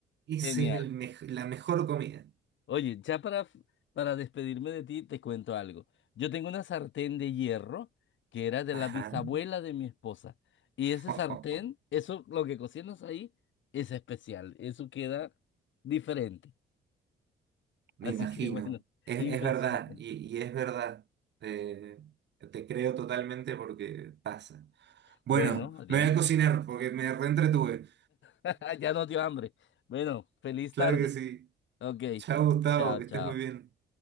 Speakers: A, on the right; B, on the left.
A: ese
B: genial.
A: es el mej- la mejor comida.
B: Oye, ya para, para despedirme de ti, te cuento algo. Yo tengo una sartén de hierro que era de
A: Ajá.
B: la bisabuela de mi esposa. Y
A: <laughs>
B: ese sartén, eso, lo que cocinas ahí, es especial. Eso queda diferente.
A: Me
B: Así
A: imagino,
B: que bueno, <laughs>
A: es,
B: impresionante.
A: es verdad, y, y es verdad. Eh, te creo totalmente porque pasa. Bueno,
B: Bueno, Adrián,
A: me voy a cocinar porque me reentretuve.
B: <laughs> ya no dio hambre. Bueno, feliz
A: Claro
B: tarde.
A: que sí.
B: Ok,
A: Chao, Gustavo,
B: chao,
A: que
B: chao.
A: estés muy bien.